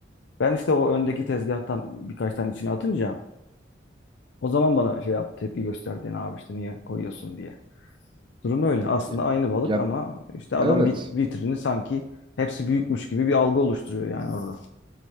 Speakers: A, on the left; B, on the right.
A: Ben işte o öndeki tezgahtan birkaç tane içine atınca o zaman bana şey yap tepki gösterdin abi işte niye koyuyorsun diye. Durum öyle. Aslında
B: Ya,
A: aynı balık
B: ya
A: ama işte adam
B: evet.
A: vit- vitrini sanki hepsi büyükmüş gibi bir algı oluşturuyor yani orada.